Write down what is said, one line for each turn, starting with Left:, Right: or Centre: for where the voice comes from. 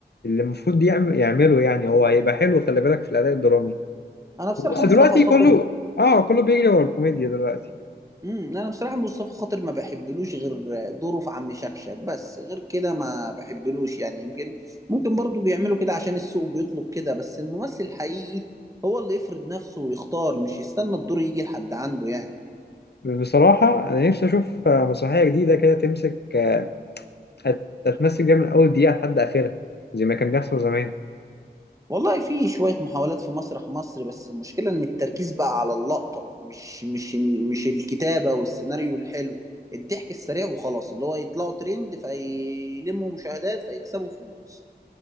Left: اللي المفروض يعمل يعمله يعني هو هيبقى حلو خلي بالك في الاداء الدرامي
Right: انا بصراحه
Left: بس
Right: مصطفى
Left: دلوقتي
Right: خاطر
Left: كله اه كله بيجري ورا الكوميديا دلوقتي
Right: امم انا بصراحه مصطفى خاطر ما بحبلوش غير دوره في عم شكشك بس غير كده ما بحبلوش يعني يمكن ممكن برضو بيعملوا كده عشان السوق بيطلب كده بس الممثل الحقيقي هو اللي يفرض نفسه ويختار مش يستنى الدور يجي لحد عنده يعني
Left: بصراحه انا نفسي اشوف آه، مسرحيه جديده كده تمسك آه، أت- تتمثل بيها من اول دقيقه لحد اخرها زي ما كان بيحصل زمان
Right: والله في شوية محاولات في مسرح مصر بس المشكلة إن التركيز بقى على اللقطة مش مش مش الكتابة والسيناريو الحلو الضحك السريع وخلاص اللي هو يطلعوا ترند فيلموا مشاهدات فيكسبوا فلوس